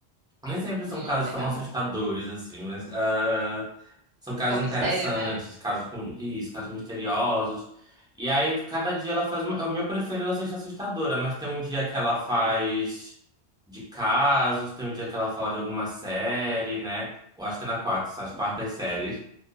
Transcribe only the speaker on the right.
Hum,
legal.
É um mistério,
né?